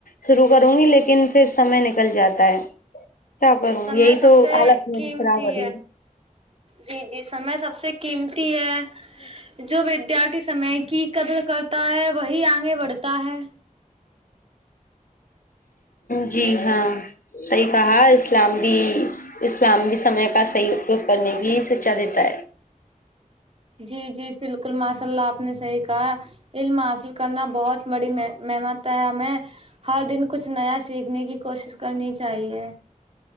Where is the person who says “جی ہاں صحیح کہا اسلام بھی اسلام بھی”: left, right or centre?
Left